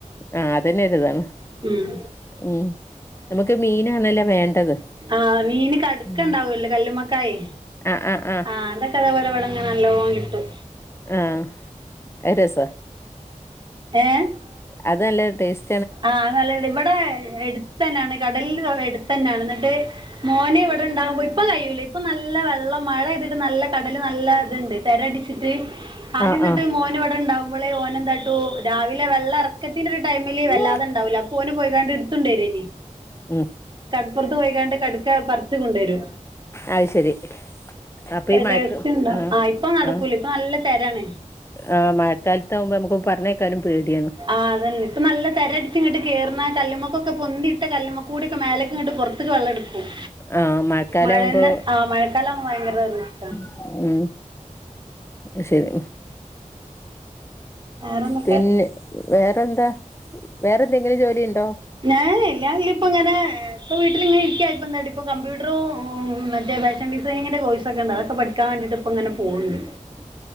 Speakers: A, on the left; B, on the right.
A: ആഹ് അതന്നെ ഒരിതാണ്
B: ഉം
A: ഉം നമുക്ക് മീനാണല്ലോ വേണ്ടത്
B: ആഹ് മീന് കടുക്കണ്ടാവൂല്ലോ
A: ഉം.
B: കല്ലുമ്മക്കായ്
A: ആ ആ ആ
B: ആഹ് അതൊക്കെതേ പോലെ വിടെങ്ങനെ നല്ലോം കിട്ടും
A: ആഹ് രസാ
B: ഏ
A: അത് നല്ലൊരു ടേസ്
B: ആഹ് അല്ല ഇവിടെ എടുത്ത് തന്നെയാണ് കടലിൽ എടുത്ത് തന്നെയാണ് ണ്ട് മോന് ഇവടെണ്ടാവുമ്പോ ഇപ്പൊ കയ്യൂലേ ഇപ്പൊ നല്ല വെള്ളം മഴയെതിട്ട് നല്ല കടല് നല്ല ഇത്ണ്ട് തെരട്ച്ചിട്ട് ആദ്യന്നെട്ട്
A: ആ ആ
B: മോന് ഇവടെണ്ടാവുമ്പളേ ഓനെന്താട്ടും രാവിലെ വെള്ളറക്കത്തിന്റെ ഒരു ടൈമില്
A: ഉം
B: വെല്ലാതെണ്ടാവൂല അപ്പോന് പോയിക്കാണ്ട് ഇടുത്തുണ്ടെരേനി
A: ഉം.
B: കട്പ്പൊർത്ത് പോയിക്കാണ്ട് കട് ക്കാ പർച്ച് കൊണ്ടോരും
A: അഹ് ശെരി അപ്പൊ ഈ മഴക്ക്
B: ടേസ്റ്റ് ഉണ്ടാവും
A: ആഹ
B: ആഹ് ഇപ്പൊ നടക്കൂല
A: ആ
B: ഇപ്പൊ നല്ല തിരാണ്
A: ആഹാ മഴക്കാലത്താകുമ്പോ നമുക്ക് പറഞ്ഞേക്കാനും പേടിയാണ്
B: ആഹ് അതന്നെ നല്ല തെരടച്ച്ങ്ങട്ട് കേർണ കല്ലുമക്കൊക്കെ പൊന്തിയിട്ട കല്ലുമക്കൂടിയൊക്കെ മേലക്ക്ങ്ങെട്ട് പൊർത്ത്ക്ക് വെള്ളട്ക്കും
A: ആ മഴക്കാലം
B: മഴന്റെ
A: ആവുമ്പോ
B: ആ മഴക്കാലാവുമ്പോ ഭയങ്കര റിസ്‌ക്കാ
A: മ് അയ്ശെരി
B: വേറെന്തൊക്കെ
A: പിന്നെ വേറെന്താ വേറെന്തെങ്കിലും ജോലിയ്ണ്ടോ?
B: ഏഹേല്ല ഞാനിതില്പ്പെങ്ങനെ ഇപ്പൊ വീട്ടിലിങ്ങനെ ഇരിക്കായപ്പെന്താട്ടീ ഇപ്പം കമ്പ്യൂട്ട്റും മറ്റെ ഫാഷൻ ഡിസൈനിങ്ങിന്റെ കോഴ്സൊക്കെണ്ട് അതൊക്കെ പഠിക്കാ വേണ്ടിട്ട്പ്പങ്ങനെ പോവ്ണ്ട്
A: ഉം